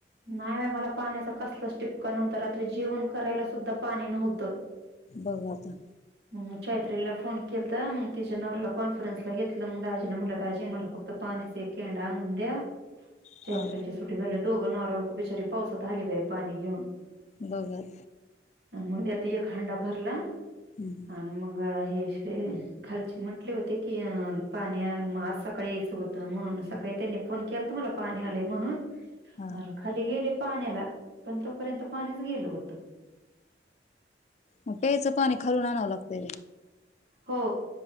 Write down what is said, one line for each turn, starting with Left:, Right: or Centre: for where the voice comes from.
Right: नाही बा मला पाण्याचा कसलच टिपकां नव्हतं रात्री जेवण करायला सुद्धा पाणी नव्हतं
Left: बघलता
Right: मग चैत्रीला फोन केलता मग तिच्या नवरला कॉन्फरन्सला घेतलं मग दाजीं म्हटलं दाजी मला फक्त पाण्या खेंडा नं्या
Left: हा
Right: चैत्र्याची सुटी झाल्या दोघ बिचारी पावसात आली वय पाणी घऊन
Left: बघल
Right: आणि मग ते आता एक हंडा भरला
Left: हम्म
Right: आणि मग हे खालचे म्हंटले होते की पाण्या आज सकाळी यायचं होत म्हणून सकाळी त्यांनी फोन केला तर मला पाणी आले म्हणून
Left: हा
Right: अ खाली गेले पाण्याला पण तोपर्यंत पाणीच गेल होत
Left: मग प्यायचं पाणी खालून आणावं लागत ते
Right: हो